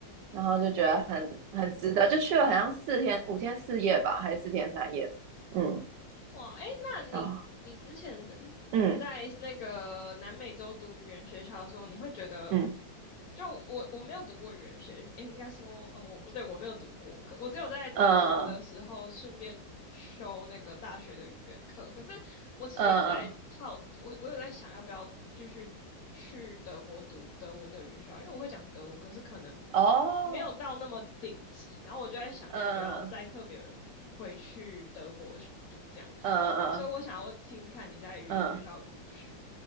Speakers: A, on the right; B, on the left.
A: 然后就觉得很很值得，就去了好像四天五天四夜吧，还是四天三夜？嗯，
B: 哇，哎，那你你之前的
A: 啊、嗯
B: 在那个南美洲读语言学校的时候，你会觉得，
A: 嗯
B: 就我我没有读过语言学，诶应该说，呃，我我对我没有读过，可我只有在德国的时候顺便修那个大学的语言课。
A: 嗯嗯
B: 可是我其实有在好，
A: 嗯嗯
B: 我我有在想要不要继续去德国读德文的语言学校，因为我会讲德文，可是可能
A: 哦，
B: 没有到那么顶级。然后我就在想，
A: 嗯
B: 要不要再特别回去德国读这样。
A: 嗯嗯
B: 所以我想要听听看你在语言学校的故事。
A: 嗯